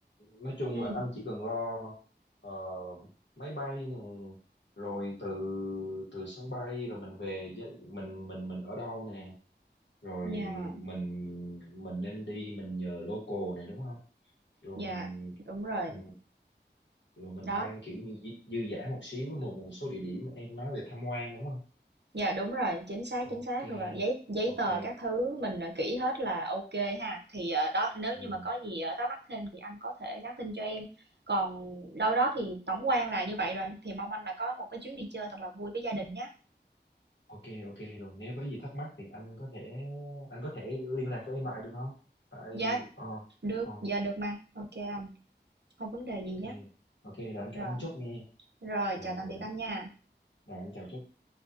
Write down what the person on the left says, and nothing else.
nói chung
là anh chỉ cần lo ờ, máy bay nè, rồi từ từ sân bay rồi mình về gia- mình mình mình ở đâu nè, rồi
mình mình nên đi mình nhờ local này đúng không? Rồi
mình
ừ, rồi mình
mang kiểu như dư dư dả một xíu một một số địa điểm em nói về tham quan đúng không?
Ok,
ok.
Ừ.
Ok ok rồi nếu có gì thắc mắc thì anh có thể anh có thể liên lạc với em lại được không? Tại
ờ
ờ,
ok ok rồi anh
cảm ơn Trúc nghe.
Rồi
rồi
rồi anh chào Trúc.